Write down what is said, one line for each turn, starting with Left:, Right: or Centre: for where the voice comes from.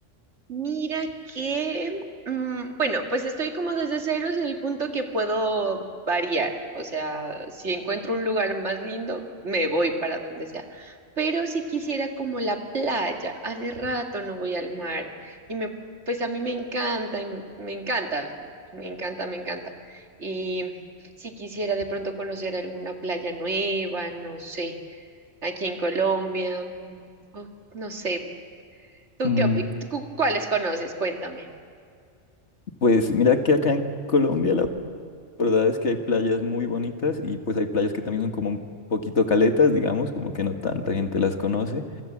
Right: Mira que, mm, bueno, pues estoy como desde ceros en el punto que puedo variar. O sea, si encuentro un lugar más lindo, me voy para donde sea. Pero si quisiera como la playa, hace rato no voy al mar y me, pues a mí me encanta y me, me encanta, me encanta, me encanta. Y si quisiera de pronto conocer alguna playa nueva, no sé. aquí en Colombia. mm, o no sé, ¿tú
Left: Mm,
Right: qué opi- tú cuáles conoces? Cuéntame.
Left: Pues mira que acá en Colombia la verdad es que hay playas muy bonitas y pues hay playas que también son como un poquito caletas, digamos, como que no tanta gente las conoce.